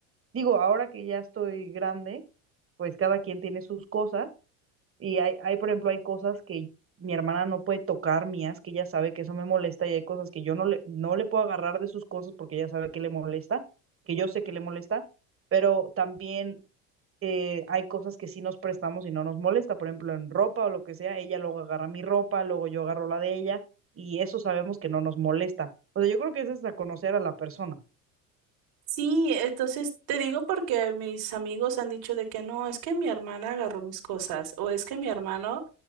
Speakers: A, on the right; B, on the right.
A: Digo, ahora que ya estoy grande, pues cada quien tiene sus cosas y hay, hay, por ejemplo, hay cosas que mi hermana no puede tocar mías, que ella sabe que eso me molesta y hay cosas que yo no le, no le puedo agarrar de sus cosas porque ella sabe que le molesta, que yo sé que le molesta, pero también eh, hay cosas que sí nos prestamos y no nos molesta, por ejemplo, en ropa o lo que sea, ella luego agarra mi ropa, luego yo agarro la de ella y eso sabemos que no nos molesta. O sea, yo creo que eso es a conocer a la persona.
B: Sí, entonces te digo porque mis amigos han dicho de que no, es que mi hermana agarró mis cosas o es que mi hermano